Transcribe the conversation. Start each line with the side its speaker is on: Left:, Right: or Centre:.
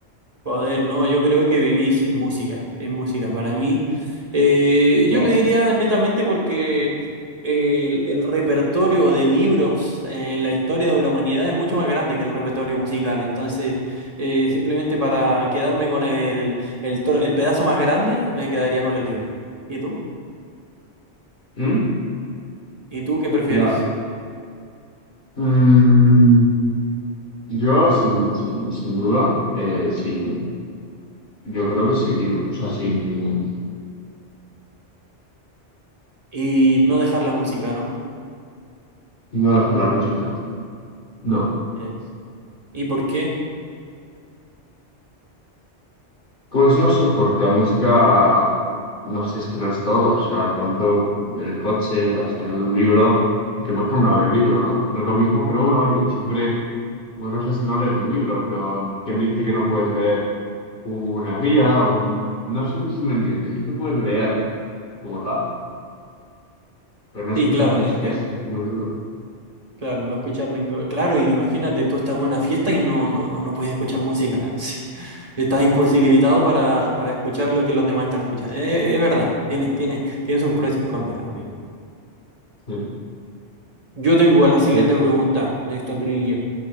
Right: Joder, no, yo creo que vivir sin música, sin música, para mí, eh,
Left: Wow.
Right: yo lo diría netamente porque el, el repertorio de libros en la historia de la humanidad es mucho más grande que el repertorio musical, entonces eh, simplemente para quedarme con el, el, tro- el pedazo más grande, me quedaría con los libros. ¿Y tú?
Left: ¿Mm?
Right: ¿Y tú qué prefieres?
Left: Ya. Mm, yo, sin, sin, sin duda, eh, sin, yo creo que sin libros, o sea, sin libros.
Right: Y no dejar la música, ¿no?
Left: No dejar la música. No.
Right: Es- ¿Y por qué?
Left: Pues no sé, porque la música, no sé, es que lo es todo. O sea, cuánto en el coche, al final de un libro, que por ejemplo un audiolibro, ¿no? No es lo mismo, pero bueno, oye, siempre, una cosa es no leer un libro, pero ¿quién dice que no puedes leer una guía o un... No sé si me entiendes, siempre puedes leer como tal, pero no
Right: Sí,
Left: escuchar
Right: claro,
Left: música
Right: eh,
Left: es muy duro.
Right: Claro, no escuchar ningún... Claro, y imagínate, tú estás en una fiesta y no, no, no, no puedes escuchar música. <laughs> sí. Estás imposibilitado para, para escuchar lo que los demás están escuchando. Eh, Es, verdad, tiene, tiene, tiene sus precios y sus contras, amigo.
Left: Sí,
Right: Yo tengo la siguiente
Left: sí,
Right: pregunta de esta trivia.